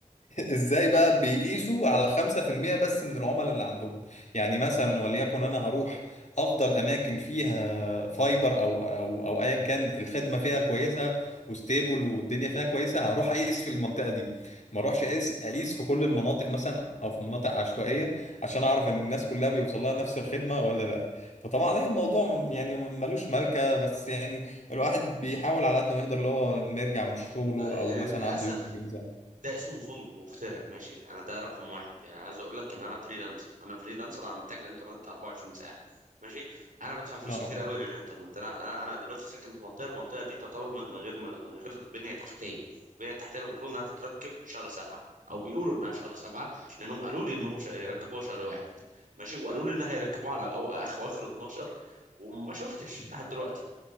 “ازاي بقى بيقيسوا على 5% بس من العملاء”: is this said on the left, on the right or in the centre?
Left